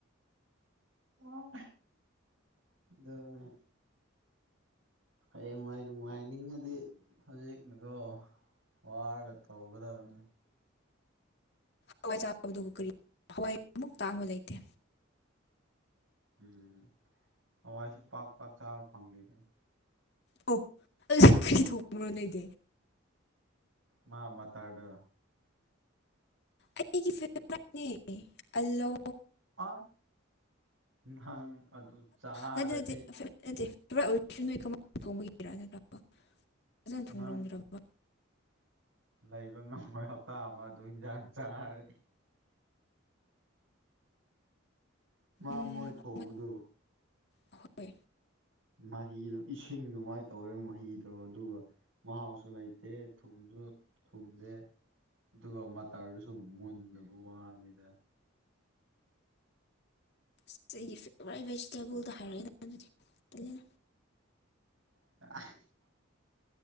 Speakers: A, on the right; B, on the left.
A: ꯑꯣ ꯑꯗꯅ ꯍꯌꯦꯡ ꯅꯨꯡꯉꯥꯏꯅꯤꯡꯉꯗꯤ ꯍꯧꯖꯤꯛꯅꯤꯀꯣ ꯋꯥꯒ ꯇꯧꯒꯗꯕꯅꯦ
B: ꯍꯋꯥꯏ ꯆꯥꯕꯗꯨꯕꯨ ꯀꯔꯤ ꯍꯋꯥꯏ ꯑꯃꯨꯛ ꯇꯥꯡꯕ ꯂꯩꯇꯦ
A: ꯎꯝ ꯍꯋꯥꯏꯁꯨ ꯄꯥꯛ ꯄꯥꯛ ꯆꯥꯕ ꯐꯪꯈꯤꯅꯦ
B: ꯑꯣ ꯑꯗꯨ ꯀꯔꯤ ꯊꯣꯡꯉꯨꯔꯣ ꯅꯣꯏꯗꯤ
A: ꯃꯥꯃ ꯇꯥꯗꯣ
B: ꯑꯩꯒꯤ ꯐꯦꯚꯠꯅꯤ ꯑꯜꯂꯣ
A: ꯑꯥ ꯅꯪ ꯑꯗꯨ ꯆꯥꯔꯗꯤ
B: ꯅꯠꯇꯦ ꯅꯠꯇꯦ ꯐꯦꯚꯣꯔꯥꯏꯠ ꯅꯠꯇꯦ ꯑꯣꯏꯔꯤꯁꯨ ꯅꯣꯏ ꯀꯃꯥꯏ ꯊꯣꯡꯕꯒꯤꯔꯥ ꯅꯠꯇ꯭ꯔꯣ ꯐꯖꯅ ꯊꯣꯉꯝꯗ꯭ꯔꯕꯣ
A: ꯅꯪ ꯂꯩꯕ ꯉꯝꯃꯣꯏ ꯍꯞꯇꯥ ꯑꯃ ꯑꯗꯨ ꯏꯟꯖꯥꯡ ꯆꯥꯔꯅꯤ ꯃꯥ
B: ꯎꯝ
A: ꯃꯣꯏ ꯊꯣꯡꯕꯗꯨ
B: ꯍꯣꯏ ꯍꯣꯏ
A: ꯃꯍꯤꯗꯣ ꯏꯁꯤꯡ ꯑꯗꯨꯃꯥꯏꯅ ꯇꯧꯔꯦ ꯃꯍꯤꯗꯣ ꯑꯗꯨꯒ ꯃꯍꯥꯎꯁꯨ ꯂꯩꯇꯦ ꯊꯨꯝꯁꯨ ꯊꯨꯝꯗꯦ ꯑꯗꯨꯒ ꯃꯇꯔꯗꯨꯁꯨ ꯃꯨꯟꯗꯕ ꯋꯥꯅꯤꯗ
B: ꯑꯁ ꯑꯩꯒꯤ ꯐꯦꯚꯣꯔꯥꯏꯠ ꯚꯦꯖꯤꯇꯦꯕꯜꯗ ꯍꯥꯏꯔꯛꯑꯦꯗ ꯑꯗꯨꯗꯤ ꯇꯜꯂꯦꯗ
A: <unintelligible>